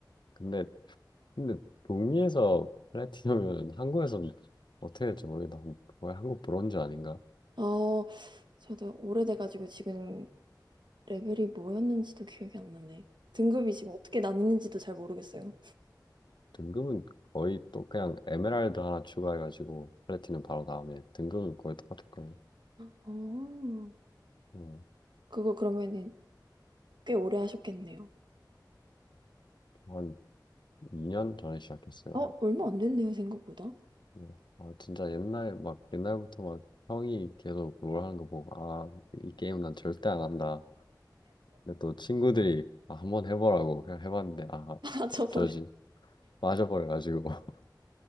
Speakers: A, on the left; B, on the right.
A: 근데 근데 북미에서 플래티넘이면 한국에서는 어떻게 될지 모르겠다. 거의 한국 브론즈 아닌가?
B: 어, 저도 오래돼가지고 지금 레벨이 뭐였는지도 기억이 안 나네. 등급이 지금 어떻게 나뉘는지도 잘 모르겠어요.
A: 등급은 거의 또 그냥 에메랄드 하나 추가해가지고 플래티넘 바로 다음에 등급은 거의 똑같을 거예요.
B: 어,
A: 음,
B: 그거 그러면은 꽤 오래 하셨겠네요.
A: 한 2년 전에 시작했어요.
B: 어, 얼마 안 됐네요, 생각보다.
A: 예. 아, 진짜 옛날 막 옛날부터 막 형이 계속 롤 하는 거 보고 아, 이 게임 난 절대 안 한다. 근데 또 친구들이 아, 한번 해보라고 그냥 해봤는데 아,
B: <laughs> 아, 저
A: 어쩌지
B: 벌써
A: 빠져버려가지고 <laughs>